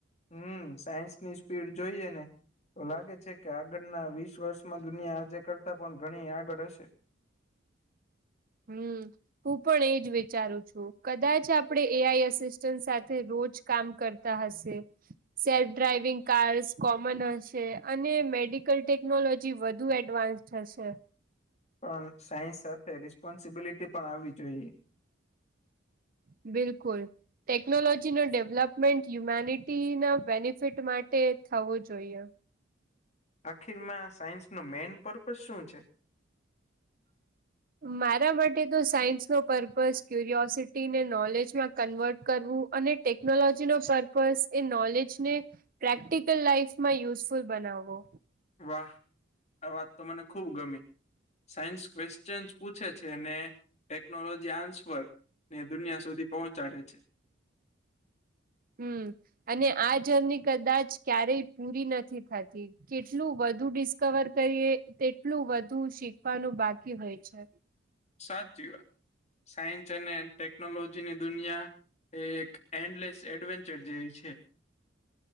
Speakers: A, on the left; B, on the right.
A: હમ સાયન્સ ની સ્પીડ જોઈએ ને તો લાગે છે કે આગળના વીસ વર્ષમાં દુનિયા આજે કરતાં પણ ઘણી આગળ હશે.
B: હમ. હું પણ એજ વિચારું છું કદાચ આપડે એ આઈ અસિસ્ટન્ટ સાથે રોજ કામ કર તા હશે. સેલ્ફ ડ્રાઈવિંગ કાર્સ કોમન હશે અને મેડિકલ ટેકનોલોજી વધુ એડવાન્સ થશે.
A: પણ સાયન્સ સાથે રિસ્પોન્સિબિલિટી પણ આવવી જોઈએ.
B: બિલકુલ. ટેકનોલોજી નુ ડેવલપમેન્ટ, હ્યુમેનિટીના બેનિફિટ માટે થવું જોઈએ.
A: આખીરમાં સાયન્સ નો મેન પર્પઝ શું છે? <unintelligible>
B: મારા માટે તો સાયન્સ નો પર્પઝ ક્યુરિયોસિટી ને, નોલેજમાં કન્વર્ટ કરવું. અને ટેકનોલોજી નો પર્પઝ એ નોલેજને પ્રેક્ટિકલ લાઈફમાં યુઝફુલ બનાવવો.
A: વાહ, આ વાત તો મને ખુબ ગમે. સાયન્સ ક્વેશ્ચનસ પૂછે છે ને, ટેકનોલોજી આન્સર. ને દુનિયા સુધી પહોંચાડે છે.
B: હમ, અને આ જર્ની કદાચ ક્યારેય પૂરી નથી થતી. કેટલું વધુ ડિસ્કવર કરીએ, તેટલું વધુ શીખવાનું બાકી હોય છે.
A: સાચી વાત, સાયન્સ અને ટેકનોલોજીની દુનિયા એ એન્ડલેસ એડવેન્ચર જેવી છે.